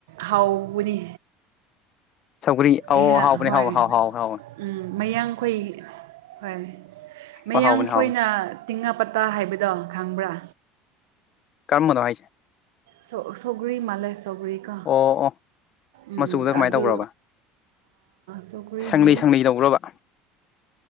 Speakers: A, on the right (about 85°); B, on the left (about 50°).
A: ꯍꯥꯎꯕꯅꯤ
B: ꯁꯧꯒ꯭ꯔꯤ
A: ꯑꯩꯍꯥꯛ
B: ꯑꯧ ꯍꯥꯎꯕꯅꯦ
A: ꯍꯣꯏ
B: ꯍꯥꯎ ꯍꯥꯎ ꯍꯥꯎ ꯍꯥꯎꯕꯅꯦ
A: ꯎꯝ ꯃꯌꯥꯡꯈꯣꯏ ꯍꯣꯏ
B: ꯍꯣꯏ
A: ꯃꯌꯥꯡꯈꯣꯏꯅ
B: ꯍꯥꯎꯕꯅꯦ ꯍꯥꯎꯕꯅꯦ
A: ꯇꯤꯡꯉꯥ ꯄꯇꯥ ꯍꯥꯏꯕ ꯗꯣ ꯈꯪꯕ꯭ꯔꯥ
B: ꯀꯃꯕꯅꯣ ꯍꯥꯏꯁꯦ
A: ꯁꯧ ꯁꯧꯒꯔꯤ ꯃꯂꯦ ꯁꯧꯒꯔꯤ ꯀꯣ
B: ꯑꯣ ꯑꯣ
A: ꯎ
B: ꯃꯆꯨꯗ ꯀꯃꯥꯏꯅ
A: ꯑꯗꯨ
B: ꯇꯧꯕ꯭ꯔꯕ
A: ꯁꯈ꯭ꯔꯤꯗꯤ
B: ꯁꯪꯂꯤ ꯁꯪꯂꯤ ꯇꯧꯕ꯭ꯔꯕ